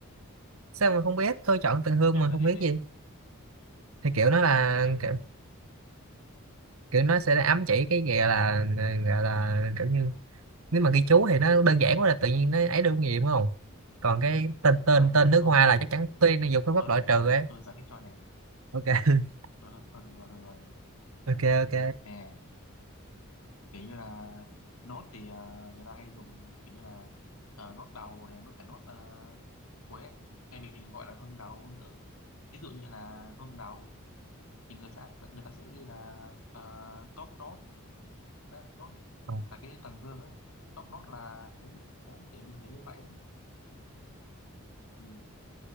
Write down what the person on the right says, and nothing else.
sao mà không biết tôi chọn Tần Hương
mà
không
biết
gì thì kiểu nó là
kiểu, kiểu nó sẽ ám chỉ cái gì gọi là gọi là kiểu như nếu mà ghi chú thì nó đơn giản quá là tự nhiên nó ấy được gì đúng không còn cái tên tên
tên
nước
hoa
là chắc chắn tuy nó dùng phương pháp
loại
trừ ấy
ok <laughs>
ok ok
Ồ,